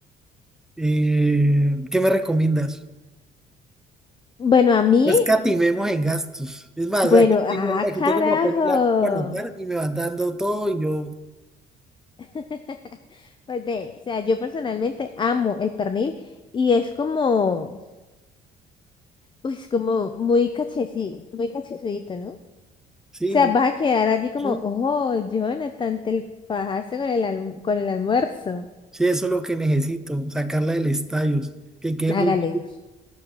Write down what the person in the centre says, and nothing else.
Eh, ¿qué me recomiendas?
No escatimemos en gastos. Es más,
aquí
tengo, aquí
tengo como papel y lápiz para anotar y me van dando todo y yo,
sí,
mu-
sí,
sí, eso es lo que necesito, sacarla del estadio, que quede
muy...